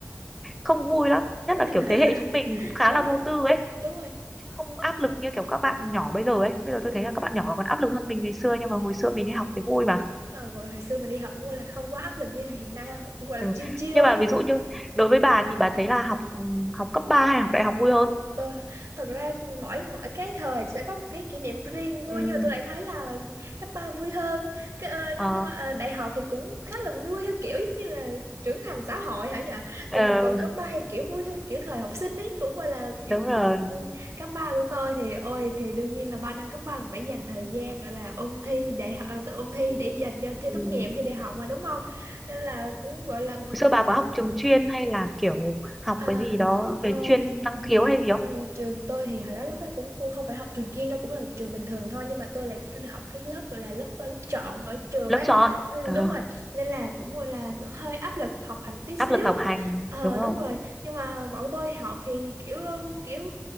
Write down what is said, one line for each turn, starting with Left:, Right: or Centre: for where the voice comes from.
Centre: không vui lắm,
Right: <laughs>
Centre: nhất là kiểu thế hệ chúng mình cũng khá
Right: Đúng
Centre: là
Right: rồi,
Centre: vô tư ấy,
Right: đúng rồi.
Centre: không áp lực như kiểu các bạn nhỏ bây giờ ấy. Bây giờ
Right: Ừ.
Centre: tôi thấy là các bạn nhỏ còn áp lực hơn mình ngày xưa nhưng mà hồi xưa mình đi học thì vui mà.
Right: Ờ, gọi hồi xưa mình đi học cũng là không quá áp lực như hiện nay, cũng gọi là
Centre: Ừ.
Right: chiêu chiêu
Centre: Nhưng
Right: ấy.
Centre: mà ví dụ như đối với bà thì bà thấy là học ừm, học cấp ba hay học đại học vui hơn?
Right: tôi hả? thật ra mỗi mỗi cái thời sẽ có một cái kỷ niệm riêng vui
Centre: Ừ.
Right: nhưng mà tôi lại thấy là cấp ba vui hơn cái, ờ,
Centre: Ờ,
Right: nhưng mà ờ, đại học thì cũng khá là vui theo kiểu giống như là trưởng thành xã hội hả nhỉ
Centre: ờ,
Right: còn còn cấp ba thì kiểu vui theo kiểu thời học sinh ấy cũng gọi là những
Centre: đúng rồi.
Right: ừ, cấp ba của tôi thì ôi thì đương nhiên là ba năm cấp ba phải dành thời gian gọi là ôn thi đại học ờ, tự ôn thi để dành cho thi
Centre: Ừ.
Right: tốt nghiệp thi đại học mà đúng không nên là cũng gọi là
Centre: Hồi xưa bà có học trường chuyên hay là kiểu học
Right: À,
Centre: cái gì đó
Right: không,
Centre: về chuyên năng khiếu hay gì
Right: ừ, trường tôi thì hồi đó lúc đó cũng cô không phải học trường chuyên đâu cũng là một trường bình thường thôi nhưng mà tôi lại học cái lớp gọi là lớp lớp chọn ở trường
Centre: lớp
Right: ấy
Centre: chọn
Right: ừ,
Centre: ờ,
Right: đúng rồi nên là cũng gọi là hơi áp lực học hành tí xíu
Centre: áp lực học hành
Right: ờ
Centre: đúng không
Right: đúng rồi nhưng mà bọn tôi học thì kiểu kiểu